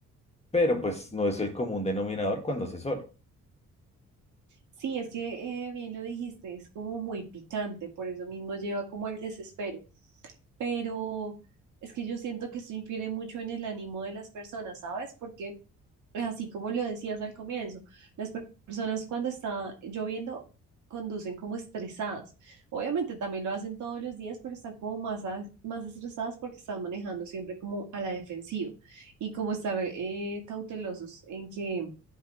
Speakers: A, on the left (about 20°); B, on the right (about 75°).
A: pero pues no es el común denominador cuando hace sol.
B: Sí, es que eh, bien lo dijiste, es como muy picante, por eso mismo lleva como al desespero. Pero es que yo siento que esto infiere mucho en el ánimo de las personas, ¿sabes? Porque así como lo decías al comienzo, las per- personas cuando está lloviendo conducen como estresadas. Obviamente también lo hacen todos los días, pero están como más, a- más estresadas porque están manejando siempre como a la defensiva y como estar eh, cautelosos en que